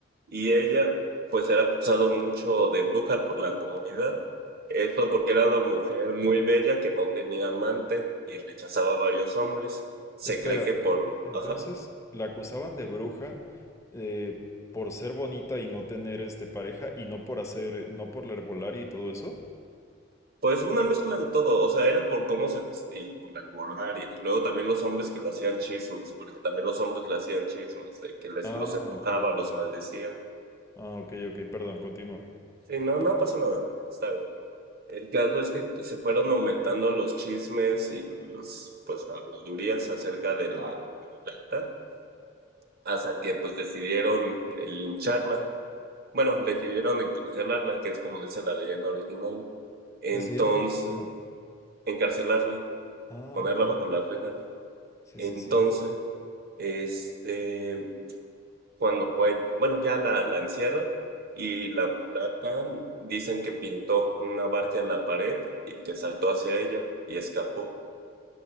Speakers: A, on the right; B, on the left.
A: y ella pues era acusado mucho de bruja por la comunidad. Esto porque era una mujer muy bella que no tenía amante y rechazaba a varios hombres. Se
B: Espera,
A: cree que por lo...
B: entonces
A: Ajá.
B: la acusaban de bruja eh, por ser bonita y no tener este pareja y no por hacer, no por la herbolaria y todo eso.
A: Pues una mezcla de todo, o sea, era por cómo se vestía, por el borrar, y luego también los hombres que le hacían chismes, porque también los hombres le hacían chismes, de que les,
B: Ah,
A: los embrujaba,
B: ok.
A: los maldecía.
B: Ah, ok, ok, perdón, continúa.
A: Sí, no, no pasa nada, está bien. El caso es que se fueron aumentando los chismes y los, pues, habladurías acerca de la mulata hasta que, pues, decidieron eh, lincharla. Bueno, decidieron encarcelarla, que es como dice la leyenda original. Entonces,
B: Decidieron. ¿Cómo?
A: encarcelarla,
B: Ah,
A: ponerla
B: ok.
A: bajo las rejas.
B: Sí,
A: Entonces,
B: sí, sí.
A: este, cuando puede, bueno, ya la, la encierra y la mulata dicen que pintó una barca en la pared y que saltó hacia ella y escapó.